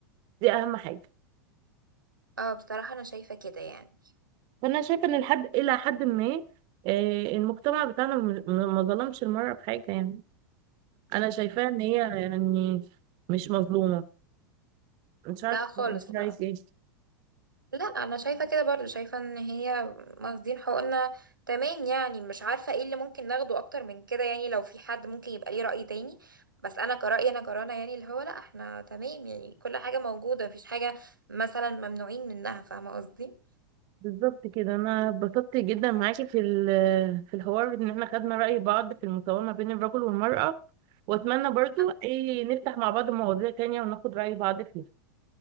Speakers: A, on the right (about 45°); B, on the right (about 85°).
A: دي اهم حاجه
B: اه بصراحة انا شايفة كده يعني
A: فانا شايفه ان لحد الى حد ما آه، المجتمع بتاعنا م- م- ما ظلمش المرأة بحاجة يعني انا شايفاها ان هي يعني مش مظلومة مش عارفة
B: لا خالص
A: بقى انت
B: لا
A: رايك ايه
B: لا انا شايفه كده برضو شايفه ان هي واخدين حقوقنا تمام يعني مش عارفه ايه اللي ممكن ناخده اكتر من كده يعني لو في حد ممكن يبقى ليه رأي تاني بس انا كرأيي انا كرنا يعني اللي هو لا احنا تمام يعني كل حاجه موجوده مفيش حاجه مثلا ممنوعين منها فاهمه قصدي
A: بالظبط كده انا اتبسطت جدا معاكي في ال- في الحوار ان احنا خدنا رأي بعض في المساواة ما بين الرجل والمرأة واتمنى برضو
B: أم-
A: ايه نفتح مع بعض مواضيع تانية وناخد رأي بعض فيها